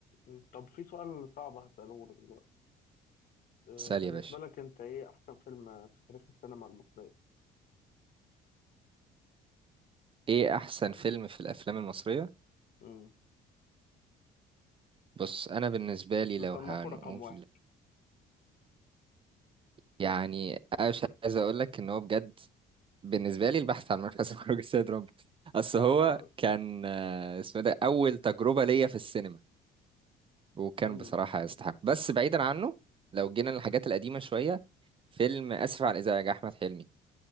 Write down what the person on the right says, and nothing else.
سأل
يا باشا
ايه احسن فيلم في الافلام المصرية
بص انا بالنسبة لي
لو هنقول
يعني مش عايز اقول لك ان هو بجد بالنسبة لي البحث عن مركز <laughs> خروج السيد رامبو اصل
هو
كان آه، اسمه إيه ده اول تجربة ليا في السينما وكان
بصراحة يستحق بس بعيدا عنه لو جينا للحاجات القديمة شوية فيلم اسف على الازعاج احمد حلمي